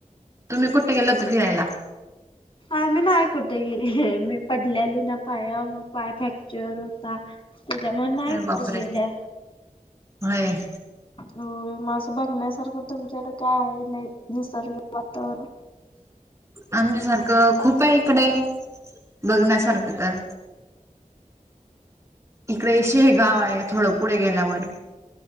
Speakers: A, on the right; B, on the left.
A: तुम्ही कुठे गेला होता फिरायला.
B: आम्ही नाही कुठ गेले मी पडल्याली ना पायावर पाय फॅक्चर होता त्याच्यामुळे नाही
A: अरे
B: कुठे
A: बापरे
B: गेले.
A: होय.
B: हो मग बघण्यासारखं तुमच्याकडे काय आहे नाही. निसर्ग वातावरण?
A: बघण्यासारख खूप आहे इकडे बघण्यासारख का? इकडे‌‌ शेगावं हे गाव आहे थोडं पुढे गेल्यावर